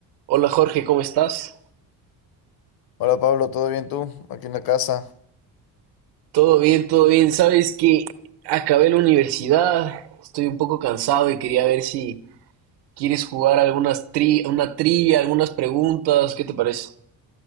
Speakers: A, on the right; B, on the left.
A: Hola Jorge, ¿cómo estás?
B: Hola Pablo, ¿todo bien tú? Aquí en la casa.
A: Todo bien, todo bien. Sabes que acabé la universidad, estoy un poco cansado y quería ver si quieres jugar algunas tri una trivia, algunas preguntas, ¿qué te parece?